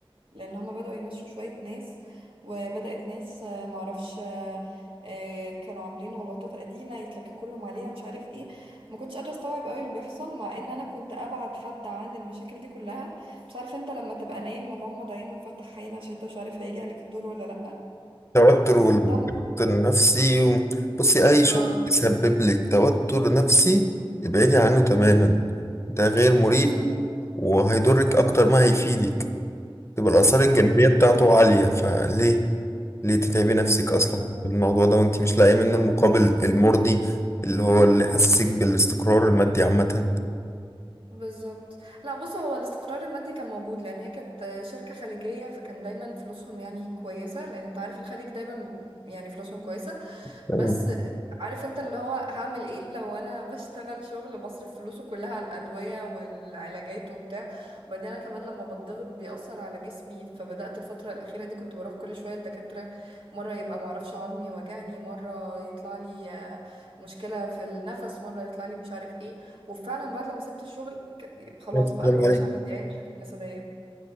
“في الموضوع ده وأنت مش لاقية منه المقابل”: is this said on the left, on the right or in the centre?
Left